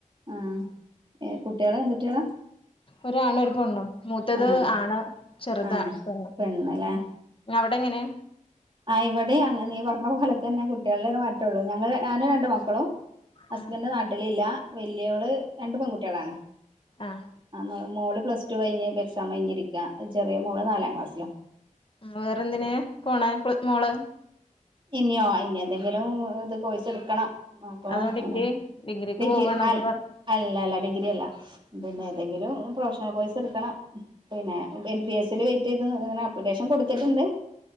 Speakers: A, on the right; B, on the left.
A: ആഹ് കുട്ട്യാള് എന്ത് കുട്ടികളാ
B: ഒര് ആണും ഒരു പെണ്ണും മൂത്തത്
A: ആഹ്
B: ആണ് ചെറ്ത്
A: ആഹ്
B: പെണ്ണ്
A: പെണ്ണ്ല്ലേ
B: അവിടെ എങ്ങനെ
A: ആഹ് ഇവടിം അങ്ങനെയാ നീ പറഞ്ഞ പോലെ തന്നെ കുട്ടികളിലേ മാറ്റൊള്ളൂ ഞങ്ങള് ഞാനും രണ്ട് മക്കളും ഹസ്ബൻഡ്
B: ആഹ്
A: നാട്ടിലില്ല വല്ല്യോള് രണ്ട് പെൺകുട്ടികളാണ്
B: ആഹ്
A: ആഹ് മോ മോള് പ്ലസ്ടു കഴിഞ്ഞ് ഇപ്പം എക്സാം കഴിഞ്ഞ് ഇരിക്കാ ചെറിയ മോള് നാലാം ക്ലാസ്സിലാ
B: വേറെ എന്തിന് പോണെ മോള്
A: ഇനിയോ ഇനി എന്തെങ്കിലും ഇത് കോഴ്സെട്ക്കണം അപ്പൊ
B: അതോ
A: അങ്ങനെ
B: ഡിഗ്രി ഡിഗ്രിക്ക്
A: ഡിഗ്രി
B: പോവാണോ
A: അല്ല
B: അതോ വർ
A: അല്ലല്ല ഡിഗ്രി അല്ല പിന്നെ
B: ആഹ്
A: ഏതെങ്കിലും പ്രൊഫഷണൽ കോഴ്സ് എട്ക്കണം പിന്നെ എൽ ബി എസ് ഇൽ വെയിറ്റ് ചെയ്ത് ഇങ്ങനെ ആപ്ലിക്കേഷൻ കൊട്ത്തിട്ട്ണ്ട്